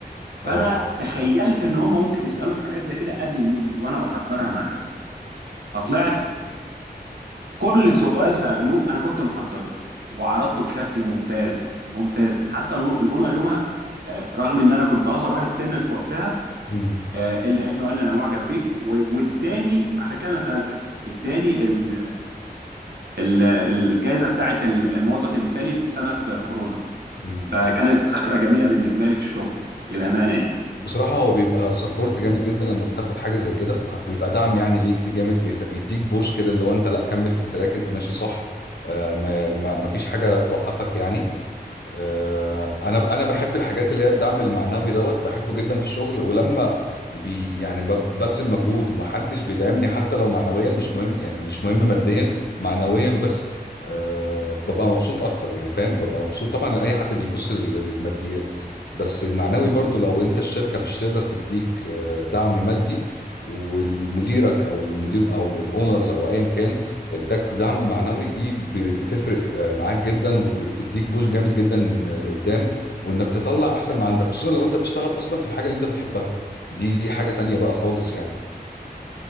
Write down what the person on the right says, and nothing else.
فانا تخيلت ان هم ممكن يسالوا في حاجات زي كده قبل الميتنج وانا بحضرها مع نفسي فطلعت كل سؤال سالوه انا كنت محضره وعرضته بشكل ممتاز ممتاز حتى الأو- الاونر يومها آه، رغم ان انا كنت اصغر واحد سنا في وقتها
آه، الا انه قال لي انا معجب بيك و- واداني عشان كده انا سالتك اداني ال- ال- الجائزه بتاعت ال- الموظف المثالي في سنه كورونا
فكانت ذكرى جميله بالنسبه لي في الشغل للامانه يعني